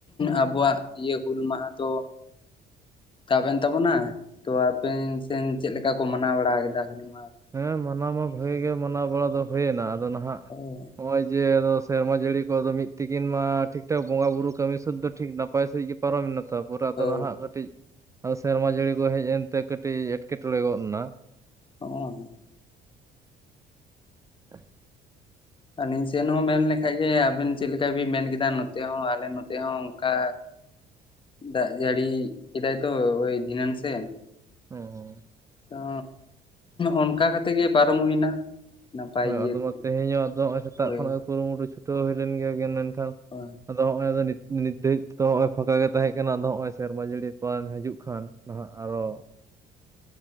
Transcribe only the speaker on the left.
ᱟᱵᱚᱣᱟᱜ ᱤᱭᱟᱹ ᱦᱩᱞ ᱢᱟᱦᱟ ᱫᱚ ᱛᱟᱵ ᱮᱱ ᱛᱟᱵᱚᱱᱟ᱾ ᱛᱚ ᱟᱯᱮᱱ ᱥᱮᱱ ᱪᱮᱫ ᱞᱮᱠᱟ ᱠᱚ ᱢᱟᱱᱟᱣ ᱵᱟᱲᱟ ᱠᱮᱫᱟ ᱦᱩᱞ ᱢᱟᱦᱟ
<unintelligible>
ᱦᱳᱭ
ᱚ
ᱟᱹᱞᱤᱧ ᱥᱮᱱ ᱦᱚᱸ ᱢᱮᱱ ᱞᱮᱠᱷᱟᱡ ᱜᱮ ᱟᱵᱤᱱ ᱪᱮᱫ ᱞᱮᱠᱟ ᱵᱤᱱ ᱢᱮᱱ ᱠᱮᱫᱟ ᱱᱚᱛᱮ ᱦᱚᱸ ᱟᱞᱮ ᱱᱚᱛᱮ ᱦᱚᱸ ᱚᱱᱠᱟ
ᱫᱟᱜ ᱡᱟᱹᱲᱤ ᱠᱮᱫᱟᱭ ᱛᱚ ᱦᱳᱭ ᱫᱷᱤᱱᱟᱹᱱ ᱥᱮᱱ
ᱛᱚ, ᱚᱱᱠᱟ ᱠᱟᱛᱮᱜ ᱜᱮ ᱯᱟᱨᱚᱢ ᱦᱩᱭᱱᱟ᱾ ᱱᱟᱯᱟᱭ
ᱤᱭᱟᱹ ᱛᱮ
ᱦᱳᱭ
ᱚ